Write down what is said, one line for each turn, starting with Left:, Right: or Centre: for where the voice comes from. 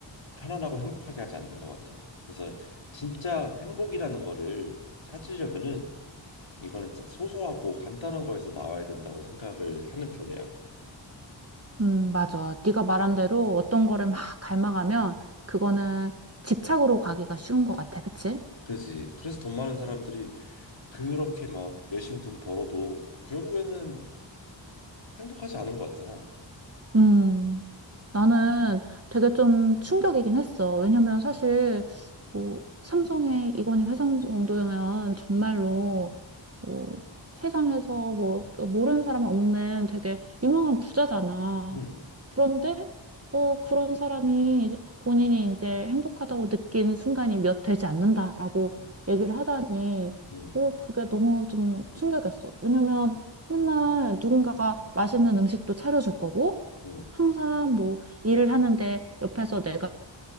Left: 편안하고 행복하게 하지 않는 것 같아. 그래서 진짜 행복이라는 거를 찾으려면은 이거는 진짜 소소하고 간단한 거에서 나와야 된다고 생각을 하는 편이야.
Right: 음, 맞아. 네가 말한 대로 어떤 거를 막 갈망하면 그거는 집착으로 가기가 쉬운 것 같아. 그치?
Left: 그지? 그래서 돈 많은 사람들이 그렇게 막 열심히 돈 벌어도 결국에는 행복하지 않은 것 같잖아.
Right: 음. 나는 되게 좀 충격이긴 했어. 왜냐면 사실 뭐 삼성의 이건희 회장 정도면 정말로
Left: 응,
Right: 뭐 세상에서 뭐 모르는 사람이 없는 되게 유명한 부자잖아.
Left: 응,
Right: 그런데 어 그런 사람이 본인이 이제 행복하다고 느낀 순간이 몇 되지 않는다라고
Left: 응,
Right: 얘기를 하다니
Left: 응,
Right: 어 그게 너무 좀 충격이었어. 왜냐면 맨날 누군가가 맛있는 음식도 차려줄 거고
Left: 응,
Right: 항상 뭐 일을 하는데 옆에서 내가